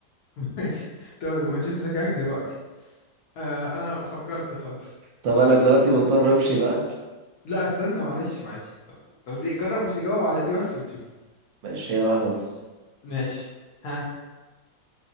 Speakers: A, on the left; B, on the right.
A: ماشي طب ما تشوف ذكائك دلوقتي آه أنا فكرت خلاص
B: طب انا دلوقتي مضطر امشي بقى
A: لا استنى معلش معلش طب طب دي جرب مش تجاوب على دي بس وتشوف
B: ماشي هي واحده بس
A: ماشي ها